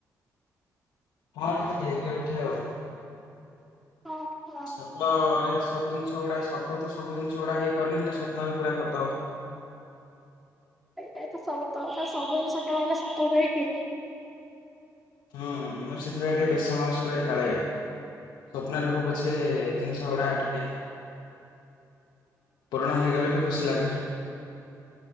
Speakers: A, on the left; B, in the centre.
A: ହଁ, ଟିକେ ଡେରିରେ ଉଠେ ଆଉ।
B: ଅଁ ହୋ।
A: ସତ-ଅ-ରେ ସବୁ ଜିନିଷ ଗୁଡା ସତ ତ ସବୁ ଜିନିଷ ଗୁଡା ହେଇପାରୁନି। ହେଲେ ସ୍ୱପ୍ନରେ ପୁରା କରିଦବା।
B: ଏଇଟା ତ ସତ କଥା, ସବୁ ଜିନିଷ କେବେହେଲେ ସତ ହୁଏକି?
A: ହୁଁ, ମୁଁ ସେଥିପାଇଁ ଟିକେ ବେଶ ସମୟ ଶୁଏ। କାଳେ ସ୍ୱପ୍ନରେ ହଉ ପଛେ, ଜିନିଷ ଗୁଡା ଟିକେ ପୁରୁଣା ହେଇଗଲେ ବି, ଖୁସି ଲାଗେ।